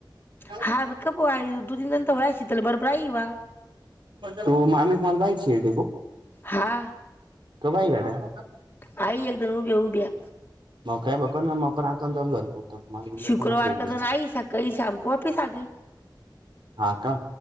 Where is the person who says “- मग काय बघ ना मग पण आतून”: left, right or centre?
Right